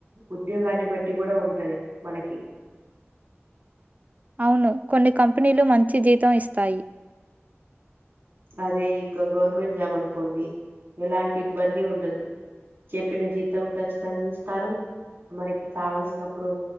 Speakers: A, on the right (about 55°); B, on the right (about 35°).
A: ఉద్యోగాన్ని బట్టి కూడా ఉంటది మనకి
B: అవును కొన్ని కంపె కంపెనీలు మంచి జీతం ఇస్తాయి
A: అదే ఈ యొ గవర్నమెంట్ జాబ్ అనుకోండి ఎలాంటి ఇబ్బంది ఉండదు చెప్పిన జీతం ఖచ్చితంగా ఇస్తారు మనకి కావల్సినప్పుడు